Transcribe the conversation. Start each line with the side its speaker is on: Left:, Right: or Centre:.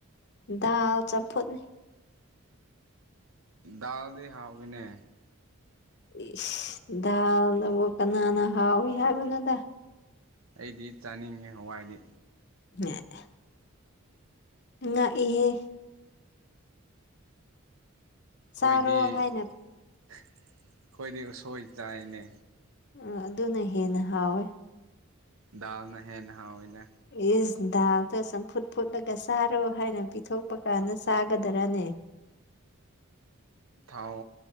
Left: ꯗꯥꯜ ꯆꯝꯐꯨꯠ
Right: ꯗꯜꯗꯤ ꯍꯥꯎꯋꯤꯅꯦ
Left: ꯏꯁ ꯗꯥꯜꯅꯕꯨ ꯀꯅꯥꯅ ꯍꯥꯎꯌꯤ ꯍꯥꯏꯕꯅꯣꯗ
Right: ꯑꯩꯗꯤ ꯆꯥꯅꯤꯡꯉꯦ ꯍꯋꯥꯏꯗꯤ
Left: ꯑꯦ ꯉꯥꯛꯏꯍꯦ
Right: ꯑꯩꯈꯣꯏꯗꯤ
Left: ꯆꯥꯔꯣ
Right: ꯑꯩꯈꯣꯏꯗꯤ
Left: ꯍꯥꯏꯅ
Right: ꯎꯁꯣꯏ ꯆꯥꯏꯅꯦ
Left: ꯑ ꯑꯗꯨꯅ ꯍꯦꯟꯅ ꯍꯥꯎꯋꯦ
Right: ꯗꯥꯜꯅ ꯍꯦꯟꯅ ꯍꯥꯎꯌꯦꯅꯦ
Left: ꯏꯁ ꯗꯥꯥꯜꯗꯣ ꯆꯝꯐꯨꯠ ꯐꯨꯠꯂꯒ ꯆꯥꯔꯣ ꯍꯥꯏꯅ ꯄꯤꯊꯣꯛꯄ ꯀꯥꯟꯗ ꯆꯥꯒꯗꯔꯅꯦ
Right: ꯊꯥꯎ